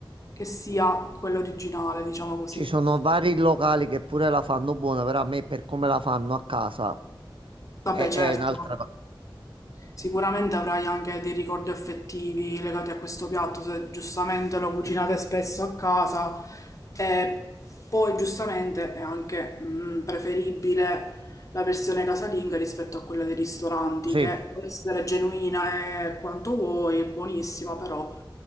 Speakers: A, on the left; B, on the right.
A: che sia quella originale, diciamo così.
B: Ci sono vari locali che pure la fanno buona, però a me per come la fanno a casa
A: Vabbè,
B: è,
A: certo.
B: è un'altra cosa.
A: Sicuramente avrai anche dei ricordi affettivi legati a questo piatto, se giustamente lo cucinate spesso a casa e poi giustamente è anche mm, preferibile la versione casalinga rispetto a quella dei ristoranti,
B: Sì,
A: che può essere genuina e quanto vuoi, buonissima, però